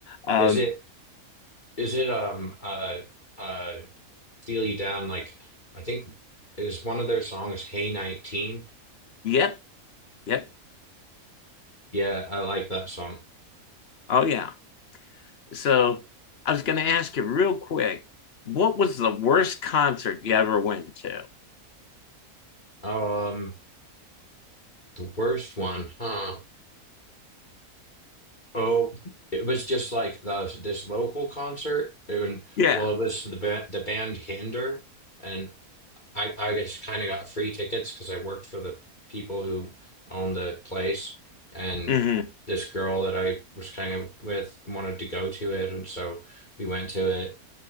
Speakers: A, on the left; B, on the left.
A: Um,
B: is it is it um uh uh Feel You Down like I think is one of their songs Hey 19.
A: yep, yep.
B: Yeah, I like that song.
A: Oh yeah. So I was going to ask you real quick what was the worst concert you ever went to?
B: Oh, um The worst one, huh? Oh, it was just like the, this local concert. And
A: Yeah.
B: well, it was the ba- the band Hinder, and I I just kind of got free tickets because I worked for the people who owned the place, and
A: Mm-hmm.
B: this girl that I was kind of with wanted to go to it, and so we went to it.